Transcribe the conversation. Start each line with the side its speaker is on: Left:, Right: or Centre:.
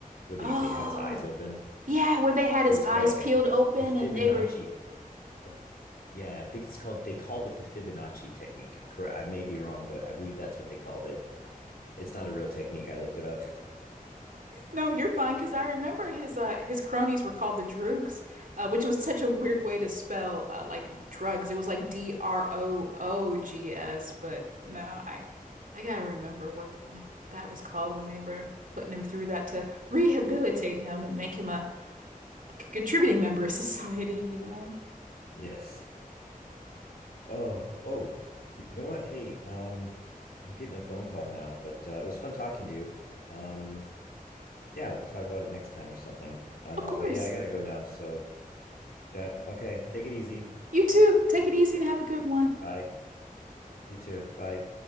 Left: where they
Right: Oh,
Left: they have his eyes open?
Right: yeah, where they had
Left: It
Right: his
Left: was
Right: eyes
Left: called like
Right: peeled
Left: a,
Right: open
Left: the Fibonacci.
Right: and they were
Left: uh, Yeah, I think it's called. They called it the Fibonacci technique. Correct. I may be wrong, but I believe that's what they called it. It's not a real technique. I looked it up. <laughs>
Right: No, you're fine because I remember his uh his cronies were called the Droogs, uh, which was such a weird way to spell uh, like drugs. It was like D R O O G S, but no, I I gotta remember what what that was called when they were putting him through that to rehabilitate him and make him a, a c- contributing member of society, you know.
Left: Yes. Oh, oh, you know what? Hey, um, I'm getting a phone call now, but uh, it was fun talking to you. Um, yeah, we'll talk about it next time or something. Uh,
Right: Of course.
Left: but yeah, I gotta go now. So, yeah, okay. Take it easy.
Right: You too. Take it easy and have a good one.
Left: Bye. You too. Bye.